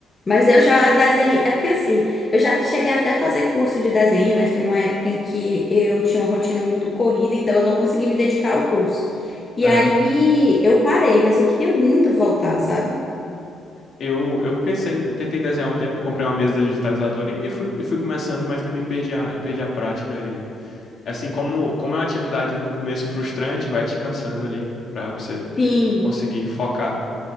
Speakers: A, on the left; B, on the left.
A: Mas eu já desenhei. É porque assim, eu já cheguei até a fazer curso de desenho, mas foi numa época em que eu tinha uma rotina muito corrida, então eu não consegui me dedicar ao curso. E
B: <laughs> Aham.
A: aí eu parei, mas eu queria muito voltar, sabe?
B: Eu, eu pensei, em- eu tentei desenhar um tempo, comprei uma mesa digitalizadora e, e fui, e fui começando, mas também perdi a, perdi a prática. E, assim, como, como é uma atividade no começo frustrante, vai te cansando ali pra você
A: Sim.
B: conseguir focar.